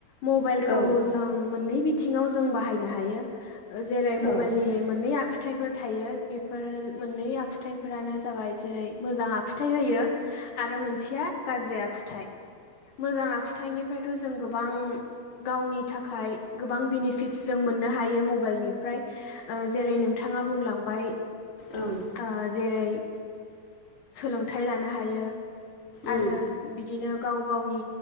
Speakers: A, on the left (about 65°); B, on the left (about 30°).
A: मबाइलखौ
B: औ
A: जो जों मोननै बिथिङाव जों बाहायनो हायो जेरै मबाइलनि
B: औ ओ
A: मोननै आखुथाइफोर थायो बेफोर मोननै आखुथायाइफोरानो जाबाय जेरै मोजां आखुथायाइ होयो। आरो मोनसेया गाज्रि आखुथायाइ मोजां आखुथायाइनिफ्रायथ' जों गोबां गावनि थाखाय गोबां बेनिफिटस जों मोननो हायो मबाइलनि ओमफ्राय ओ जेरै नोंथाङा बुंलांबाय
B: ओं
A: ओ जेरै सोलोंथाइ लानो हायो
B: उम
A: आरो बिदिनो गाव गावनि